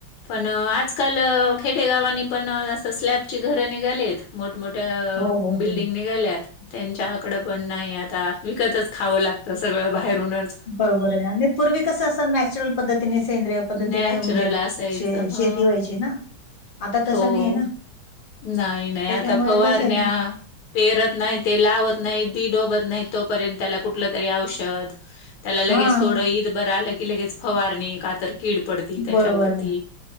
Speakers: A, on the left (about 80°); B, on the left (about 35°).
A: पण आजकाल खेडेगावांनी पण असं स्लॅबची घरं निघालेत. मोठमोठ्या
B: हो
A: अ
B: हो
A: बिल्डिंग
B: हो
A: निघाल्यात. त्यांच्याकडं पण नाही आता, विकतच खावं लागतं सगळं बाहेरून
B: बरोबर आहे, आणि पूर्वी कसं असं ने चरल पद्धतीने सेंद्रिय पद्धतीने
A: नॅचरल
B: म्हणजे,
A: असायचं.
B: श
A: हो
B: शेती व्हायची ना. आता तसं
A: हो.
B: नाही आहे ना.
A: नाही नाही,
B: त्याच्यामुळे
A: आता फवारण्या
B: कसं आहे
A: पेरत नाही ते लावत नाहीत बी डोबत नाही, तोपर्यंत त्याला कुठलं तरी औषध त्याला लगेच
B: हा
A: थोडं ईद बरं आलं की लगेच फवारणी, का तर कीड पडती त्याच्यावरती,
B: बरोबर आहे